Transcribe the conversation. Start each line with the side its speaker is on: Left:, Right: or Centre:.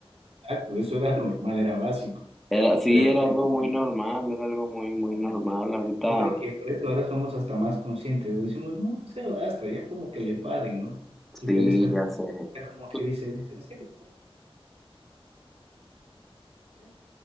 Right: Exacto, eso era normal, era básico.
Centre: Era, sí,
Right: Pero
Centre: era
Right: mira,
Centre: algo muy normal, era algo muy, muy normal. Ahorita,
Right: yo creo que por eso ahora somos hasta más conscientes. Decimos, no, o sea, basta, ya como que le paren, ¿no? Porque
Centre: sí,
Right: ahora está,
Centre: ya
Right: como
Centre: sé.
Right: está como que
Centre: Tú-
Right: dice, dice, en serio, Ay, ya,